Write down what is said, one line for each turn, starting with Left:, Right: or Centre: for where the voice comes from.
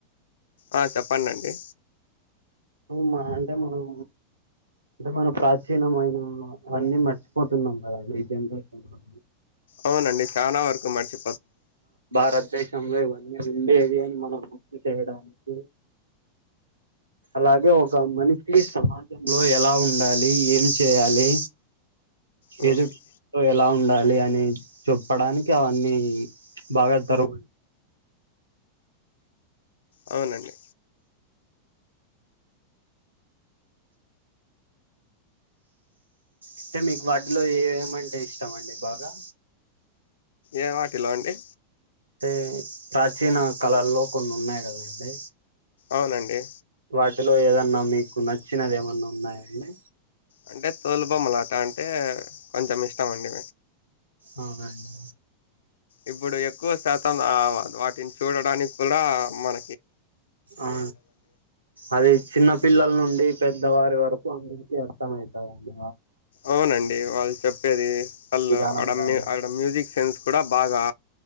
Left: ఆ చెప్పండండి
Right: మ అంటే మనం అంటే మనం ప్రాచీనమైన అవన్నీ మర్చిపోతున్నాం కదండి జెనరేషన్లో
Left: అవునండి చానా వరకు మర్చి
Right: భారతదేశంలో ఇవన్నీ ఉండేది అని మనం గుర్తు చేయడానికి అలాగే ఒక మనిషి సమాజంలో ఎలా ఉండాలి ఏమి చేయాలి
Left: అవునండి.
Right: ఎదు ఎలా ఉండాలి అని చెప్పడానికి అవన్నీ బాగా తరువ
Left: అవునండి
Right: అంటే మీకు వాటి లో ఏమంటే ఇష్టమండి బాగా
Left: ఏ వాటిలో అండి
Right: అంటే ప్రాచీన కళల్లో కొన్ని ఉన్నాయి కదండి
Left: అవునండి
Right: వాటిలో ఏదన్నా మీకు నచ్చినది ఏమన్నా ఉన్నాయా అండి
Left: అంటే తోలు బొమ్మలాట అంటే కొంచెం ఇష్టం అండి
Right: అవునా అండి
Left: ఇప్పుడు ఎక్కువ శాతం ఆ వా టిని చూడడానికి కూడా మన
Right: ఆ అది చిన్న పిల్లల్ నుండి. పెద్దవారి వరకు అందరికీ అర్థమైతదండి.
Left: అవునండి వాళ్లు చెప్పేది. వాళ్ళు
Right: విధానం
Left: ఆడ
Right: గాని
Left: మ్యూ ఆడ మ్యూజిక్ సెన్స్ కూడా బాగా